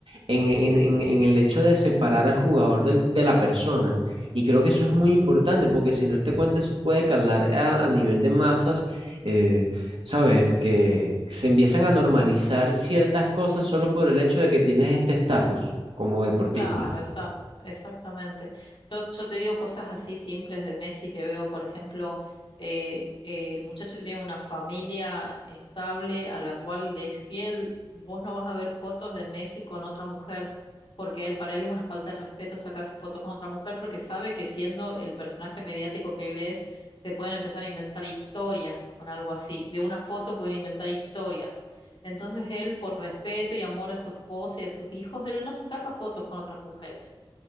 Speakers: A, on the right; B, on the left.
A: en, en- en- en el hecho de separar al jugador del- de la persona. Y creo que eso es muy importante porque sin darte cuenta eso puede calar a, a nivel de masas, eh, ¿sabes? Que se empiezan a normalizar ciertas cosas solo por el hecho de que tienes este estatus como deportista.
B: Claro, exacto, exactamente. Yo, yo te digo cosas así simples de Messi que veo, por ejemplo, eh, eh, el muchacho tiene una familia estable a la cual le es fiel. Vos no vas a ver fotos de Messi con otra mujer, porque él, para él es una falta de respeto sacarse fotos con otra mujer, porque sabe que siendo el personaje mediático que él es, se pueden empezar a inventar historias con algo así. De una foto pueden inventar historias. Entonces él, por respeto y amor a su esposa y a sus hijos, él no se saca fotos con otras mujeres.